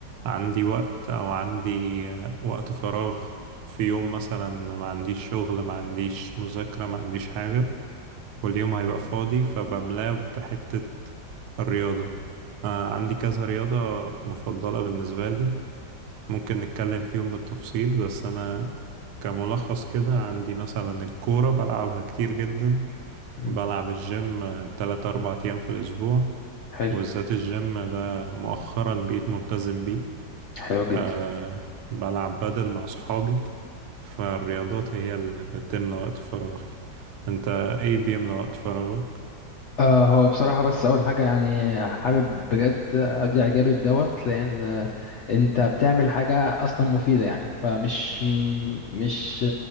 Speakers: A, on the right (about 70°); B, on the left (about 75°).
A: عندي وقت او عندي آه، وقت فراغ في يوم مثلا ما عنديش شغل ما عنديش مذاكره ما عنديش حاجه واليوم هيبقى فاضي فبملاه بحته الرياضه آه، عندي كذا رياضه مفضله بالنسبه لي ممكن نتكلم فيهم بالتفصيل بس انا كملخص كده عندي مثلا الكوره بلعبها كتير جدا
B: مم،
A: بلعب الجيم آه، تلات أربع أيام في الأسبوع
B: حلو
A: وبالذات الجيم ده مؤخرا بقيت ملتزم بيه
B: حلو جدا
A: أه بلعب بدل مع صحابي فالرياضات هي اللي بتملى وقت فراغي أنت إيه بيملى وقت فراغك؟
B: آه هو بصراحة بس أول حاجة يعني حابب بجد أبدي إعجابي بدوت لأن آه، أنت بتعمل حاجة أصلا مفيدة يعني فمش م- مش